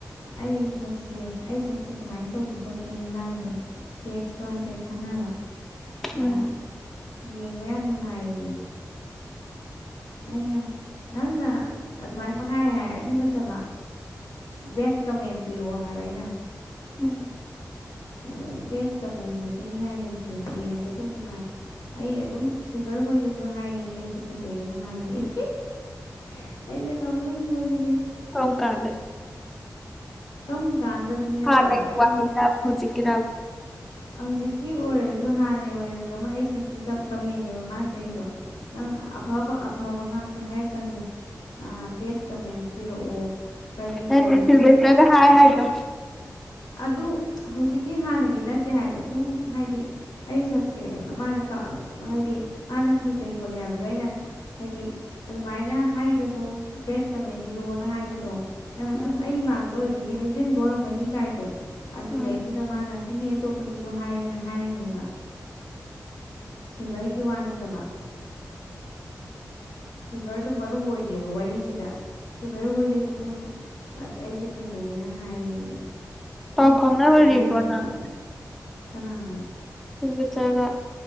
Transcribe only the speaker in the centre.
ꯎꯝ
ꯎꯝ
ꯀꯝ ꯀꯥꯟꯗ
ꯍꯥꯟꯅꯒꯤ
ꯋꯥꯍꯩꯂ ꯍꯧꯖꯤꯛ ꯀꯤꯔꯝ
ꯅꯠꯇꯦ
ꯁꯤꯜꯚꯦꯁꯇꯔꯗ ꯍꯥꯏ ꯍꯥꯏꯗꯣ
ꯎꯝ
ꯎꯝ
ꯄꯥꯎ
ꯐꯥꯎꯅꯔꯤꯕꯣ
ꯅꯪ
ꯁꯨꯕꯦꯁꯇꯔꯒ